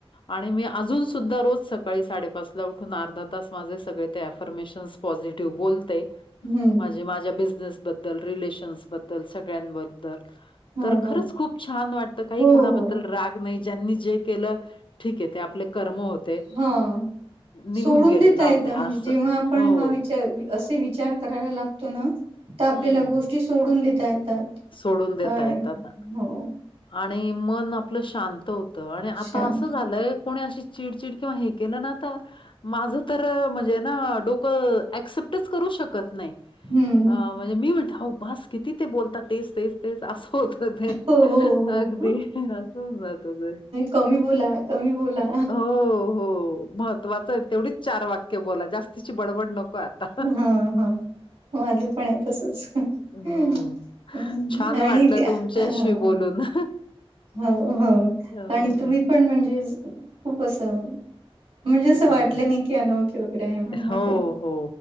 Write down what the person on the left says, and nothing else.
आणि मी अजून सुद्धा रोज सकाळी साडेपाचला उठून अर्धा तास माझे सगळे ते ऍफर्मेशन्स पॉझिटिव्ह बोलते.
माझे माझ्या बिझनेसबद्दल रिलेशन्स बद्दल सगळ्यांबद्दल
तर खरंच
खूप छान वाटतं काही
कोणाबद्दल
राग नाही. ज्यांनी जे केलं ठीक आहे ते आपले कर्म होते.
निघून गेले,
जाऊ
द्या
असं.
हो.
हं.
सोडून देता
येतात.
आणि मन आपलं शांत होतं आणि आता
असं झालंय कोणी अशी चिडचिड किंवा हे केलं ना तर माझं तर म्हणजे ना डोकं ऍक्सेप्टच करू शकत नाही.
अ म्हणजे मी म्हणते अहो बस किती ते बोलतात तेच तेच तेच असं होतं. ते.
अगदी असं होऊन जातं ते.
हो, हो. महत्वाचं तेवढीच चार वाक्य बोला जास्तीची बडबड नको आ ता.
हम्म.
छान
वाटलं तुमच्याशी
बोलून.
अ,
हं.
हो,
हो,